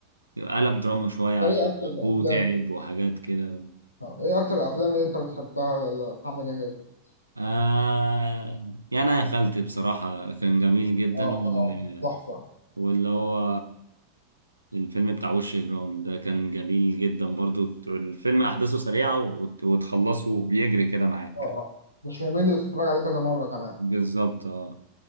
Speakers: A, on the right; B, on the left.
A: قلب دراما شوية
B: ده
A: عشان
B: إيه أكتر
A: ابوه
B: أفلام
A: تعب وحاجات كده
B: آه، ايه اكتر الافلام اللي انت بتحبها لمحمد هنيدي
A: آه يعني انا يا خالتي بصراحة كان جميل جدا
B: اه
A: وال-
B: آه، تحفه اه
A: واللي هو الفيلم بتاع وش جرام ده كان جميل جدا برضو الفيلم احداثه سريعة وت- وتخلصه بيجري كده معاك
B: اه مش ممل وتتفرج عليه كذا مره كمان
A: بالظبط اه